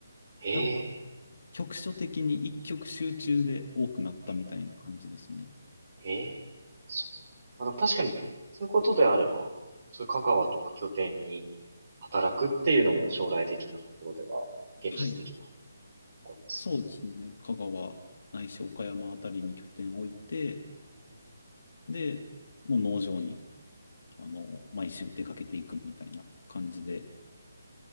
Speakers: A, on the right; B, on the left.
A: え
B: なんか局所的に一極集中で多くなったみたいな感じですね。
A: えええーそうなんまあ、でも確かに、そういうことであれば、そういう香川とか拠点に働くっていうのも将来的なところでは、現実的な
B: はい。
A: ことです
B: そうですね。香川ないし岡山あたりに拠点を置いて、
A: よ。うん
B: で、もう農場に、あの、
A: うん
B: 毎週出かけていくみたいな感じで、